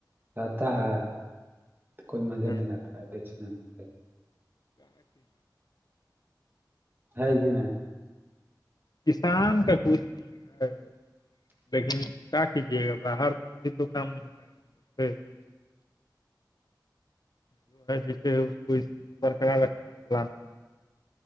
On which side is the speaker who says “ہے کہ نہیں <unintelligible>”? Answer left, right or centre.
Right